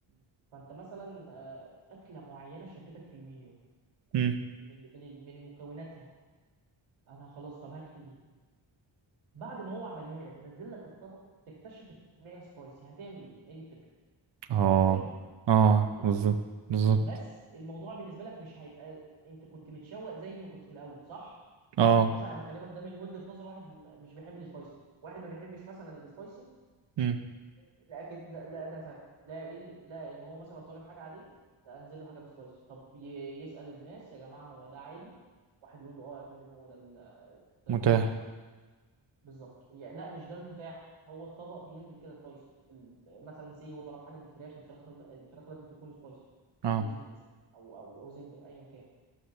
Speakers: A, on the right (about 75°); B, on the right (about 60°).
A: فأنت مثلا آه، أكلة معينة شدتك في المنيو
B: امم
A: من من من مكوناتها أنا خلاص طب هات لي دي بعد ما هو عملها لك نزل لك الطبق تكتشف إن هي سبايسي هتعمل إيه؟ هي دي الفكرة
B: اه
A: هتاكلها
B: اه
A: هتاكلها
B: بالظبط بالظبط
A: بس الموضوع بالنسبه لك مش هيبقى انت كنت متشوق زي ما كنت في الاول صح
B: اه
A: يعني مثلا انا بكلمك ده من وجهه نظر واحد م- مش بيحب السبايسي واحد ما بيحبش مثلا السبايسي
B: مم.
A: لكن ده لا ده فاهم لا ايه اللي- لا ان هو مثلا طالب حاجه عاديه لا انزل له حاجه بسبايسي طب ي- يسال الناس يا جماعه هو ده عادي واحد يقول له اه يا فندم هو ده ال... ده
B: متاح
A: ال... بالظبط يعني لا مش ده المتاح هو الطبق بينزل كده سبايسي ال- مثلا سي هو طلب حاجه بالفراخ الفراخ الفراخ لازم تكون سبايسي
B: اه
A: كريسبي مثلا او او او زنجر ايا كان